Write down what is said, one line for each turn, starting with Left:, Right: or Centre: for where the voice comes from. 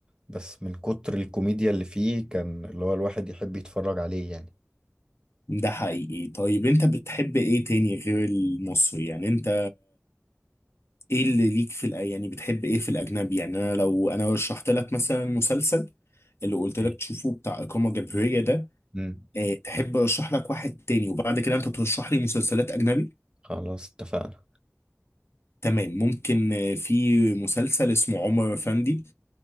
Right: بس من كتر الكوميديا اللي فيه كان اللي هو الواحد يحب يتفرج عليه يعني
Left: ده حقيقي طيب انت بتحب ايه تاني غير المصري يعني انت ايه اللي ليك في الأ... يعني بتحب ايه في الاجنبي يعني انا لو انا رشحت لك مثلا مسلسل اللي قلت لك
Right: ماشي.
Left: تشوفه بتاع اقامه جبريه ده
Right: مم.
Left: اه تحب ارشح لك واحد تاني وبعد كده انت ترشح لي مسلسلات اجنبي
Right: خلاص اتفقنا
Left: تمام ممكن آه، في مسلسل اسمه عمر افندي